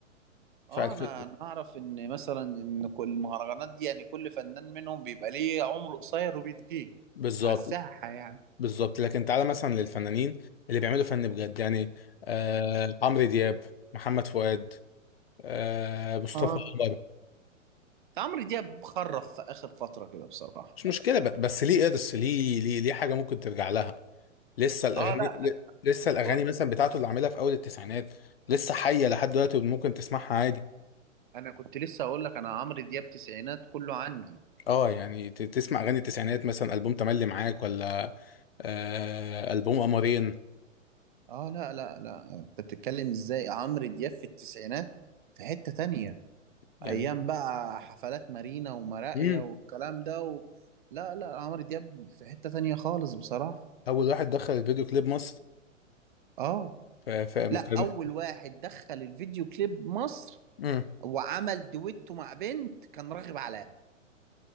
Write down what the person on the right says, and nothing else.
اه
انا انا اعرف ان مثلا ان كل المهرجانات دي يعني كل فنان منهم بيبقى ليه عمر قصير وبينتهي
على الساحه يعني
اه
عمرو دياب خرف في اخر فتره كده بصراحه
اه لا
بقول
انا كنت لسه اقول لك انا عمرو دياب تسعينات كله عندي
اه لا لا لا انت بتتكلم ازاي عمرو دياب في التسعينات في حته تانية
ايام بقى حفلات مارينا ومراقيه
والكلام ده و... لا لا عمرو دياب في حته تانية خالص بصراحه
اه
لا اول واحد دخل الفيديو كليب مصر
وعمل دويتو مع بنت كان راغب علامة